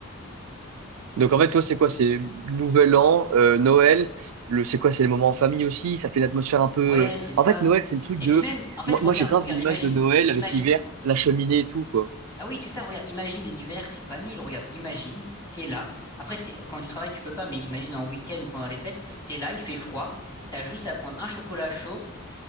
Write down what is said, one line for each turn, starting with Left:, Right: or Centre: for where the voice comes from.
Right: Donc, en fait, toi, c'est quoi? C'est Nouvel An, euh, Noël. Le, c'est quoi? C'est les moments en famille aussi. Ça fait une atmosphère un peu.
Left: Ouais,
Right: euh,
Left: c'est ça.
Right: En fait, Noël, c'est le truc
Left: Et
Right: de.
Left: puis même, en fait,
Right: Moi,
Left: regarde,
Right: moi, j'ai grave
Left: regarde,
Right: l'image
Left: imagine,
Right: de Noël
Left: imagine.
Right: avec l'hiver,
Left: Faut...
Right: la cheminée et tout, quoi.
Left: Ah oui, c'est ça, regarde, imagine l'hiver, c'est pas nul, regarde, imagine, t'es là. Après, c'est, quand tu travailles, tu peux pas, mais imagine en week-end ou pendant les fêtes, t'es là, il fait froid, t'as juste à prendre un chocolat chaud,